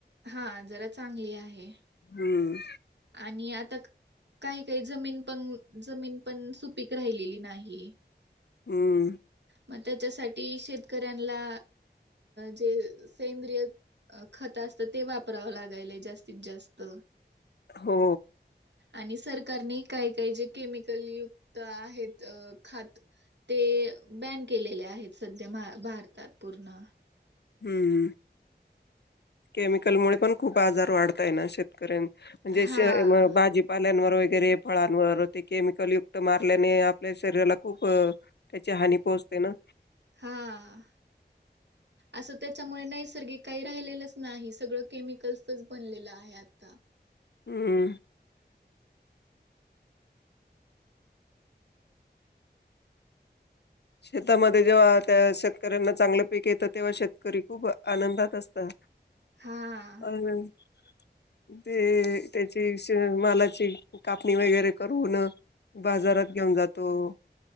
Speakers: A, on the right; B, on the left.
A: हा जरा चांगली आहे
B: हम्म
A: आणि आता काही काही जमीन पण जमीन पण सुपीक राहिलेली नाही
B: हम्म
A: मग त्याच्यासाठी शेतकऱ्यांला जे सेंद्रिय अ खत असत ते वापरावं लागायलाय जास्तीत जास्त
B: हो
A: आणि सरकारने काही काही जे केमिकल युक्त आहेत खात ते बॅन केलेले आहेत सध्या भारतात पूर्ण
B: हम्म हम केमिकल मु पण खूप आजार वाढताय ना शेतकऱ्यां म्हणजे
A: हा.
B: भाजीपाल्यांवर वगैरे फळांवर ते केमिकल युक्त मारल्याने आपल्या शरीराला खूप त्याची हानी पोहोचते ना
A: हा. असं त्याच्यामुळे नैसर्गिक काही राहिलेलंच नाही सगळं केमिकल्सच बनलेलं आहे आता
B: हम्म शेतामध्ये जेव्हा त्या शेतकऱ्यांना चांगलं पीक येतं तेव्हा शेतकरी खूप आनंदात असतात
A: हा.
B: <unintelligible> ते त्याची मालाची कापणी वगैरे करून बाजारात घेऊन जातो.